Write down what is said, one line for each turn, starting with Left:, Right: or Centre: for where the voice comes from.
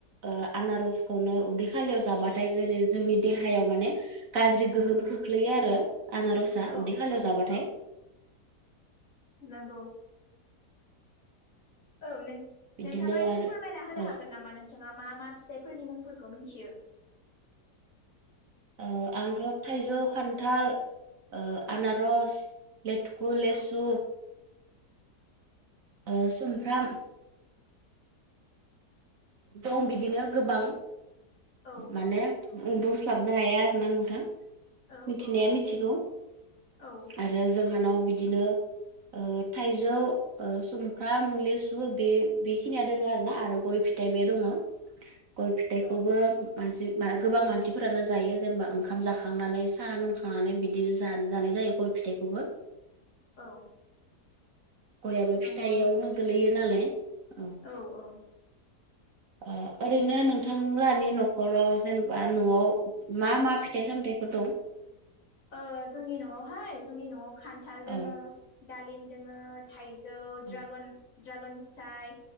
Right: ओ आनारसखौनो उदै खालियाव जाबाथाय जेरै जोंनि देहायाव माने गाज्रि गोहोम खोख्लैयो आरो आनारसा
Left: औ
Right: उदै खालिआव जाबाथाय।
Left: औ नंगौ। औ नों-नोंथाङा
Right: बिदिनो
Left: एसे
Right: आरो
Left: फोरमायना होनो
Right: औ
Left: हागोन नामा नोंथाङा मा मा फिथाइफोरनि मुंफोरखौ मिथियो?
Right: ओ आंथ' थाइजौ, खान्थाल ओ आनारस लेथुखु, लेसु
Left: औ
Right: ओ सुमफ्राम दं बिदिनो गोबां
Left: औ
Right: माने <unintelligible> <unintelligible> हाया आरोना नोंथां
Left: औ
Right: मिथिनाया
Left: औ
Right: मिथिगौ।
Left: औ
Right: आरो जोंहानाव बिदिनो थाइजौ, सुमफ्राम, लेसु बे बेखिनिया दङो आरो। <unintelligible> आरो गय फिथाइ बे दङ गय फिथाइखौबो
Left: औ औ
Right: मानसि मा गोबां मानसिफोरानो जायो जेनबा ओंखाम जाखांनानै साहा लोंखांनानै बिदि जानो जानाय जायो गय फिथाइखौबो
Left: औ।
Right: गयाबो
Left: नंगौ
Right: फिथाइयावनो
Left: नंगौ
Right: गोलैयो नालाय औ।
Left: औ औ
Right: ओ ओरैनो नोंथांलानि न'खराव जेनेबा न'आव मा मा फिथाइ- सामथाइफोर दं?
Left: ओ जोंनि न'आवहाय जोंनि न'आव खान्थाल
Right: दं
Left: दोङो दालिम दोङो <unintelligible> <unintelligible> ड्रागन-ड्रागन
Right: औ
Left: फिथाइ